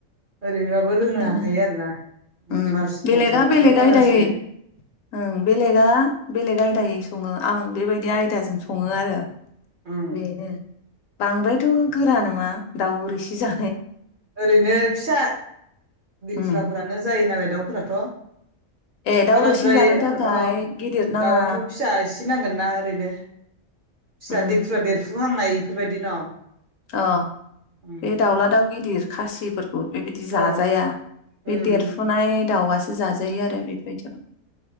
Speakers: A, on the right; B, on the left.
A: ओरैनोबाबो लोंनो
B: बेनो
A: हाखायो आरोना
B: उम
A: बेमार सामार
B: बेलेगा
A: जाबाथ'
B: बेलेग
A: मोजांसो
B: आयदायै
A: जायो
B: ओं बेलेगा बेलेग आयदायै सङो आं बेबायदि आयदाजों सङो आरो
A: ओं
B: बेनो बांद्रायथ' गोरा नङा दाउ रोसि जा
A: ओरैनो फिसा देखुरफोरानो
B: उम
A: जायो नालाय दाउफोराथ'
B: ए दाउ
A: बाराद्राय
B: रोसि जानो थाखाय
A: अ
B: गिदिर नाङा
A: दाउआथ' फिसा एसे बि नांगोनना ओरैनो फिसा
B: उम
A: देखुरा देरफुहांनाय बेफोरबायदि न'?
B: अ
A: उम
B: बे दाउला दउ गिदिर खासि बेबायदि जाजाया
A: औ
B: बे
A: उम
B: देरफुनाय दाउआसो जाजायो आरो बेबायदियाव